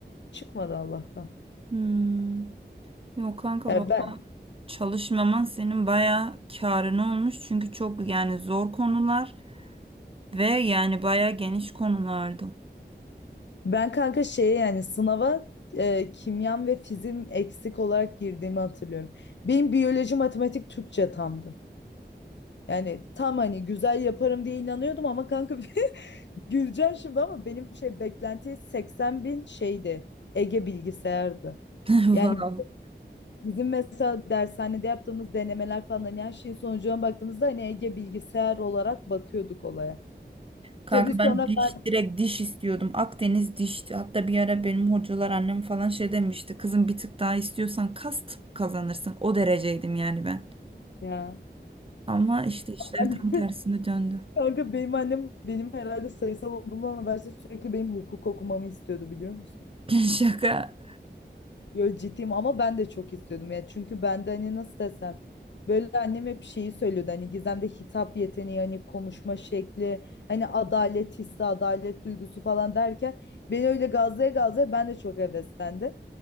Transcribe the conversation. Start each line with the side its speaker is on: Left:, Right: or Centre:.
Left: çıkmadı Allah'tan.
Right: Hmm. Yok kanka
Left: Yani
Right: vallahi
Left: ben
Right: çalışmaman senin bayağı kârına olmuş çünkü çok yani zor konular ve yani bayağı geniş konulardı.
Left: Ben kanka şeye yani sınava e, kimyam ve fizim eksik olarak girdiğimi hatırlıyorum. Benim biyoloji, matematik, Türkçe tamdı. Yani tam hani güzel yaparım diye inanıyordum ama kanka <laughs> güleceksin şimdi ama benim şey beklenti 80 bin şeydi. Ege bilgisayardı.
Right: <laughs>
Left: Yani
Right: Wow.
Left: bizim mesela dershanede yaptığımız denemeler falan hani her şeyin sonucuna baktığımızda hani Ege bilgisayar olarak bakıyorduk olaya.
Right: Kanka
Left: Tabii sonra
Right: ben diş
Left: ben
Right: direkt diş istiyordum. Akdeniz dişti. Hatta bir ara benim hocalar annem falan şey demişti. Kızım bir tık daha istiyorsan kas tıp kazanırsın. O dereceydim yani ben.
Left: ya
Right: Ama işte işler
Left: <laughs>
Right: tam tersine döndü.
Left: Kanka benim annem benim herhalde sayısal olduğumdan habersiz sürekli benim hukuk okumamı istiyordu biliyor musun?
Right: <laughs> Şaka.
Left: Yo ciddiyim ama ben de çok istiyordum ya. Çünkü ben de hani nasıl desem böyle annem hep şeyi söylüyordu hani Gizem'de hitap yeteneği hani konuşma şekli hani adalet hissi adalet duygusu falan derken beni öyle gazlaya gazlaya ben de çok heveslendim.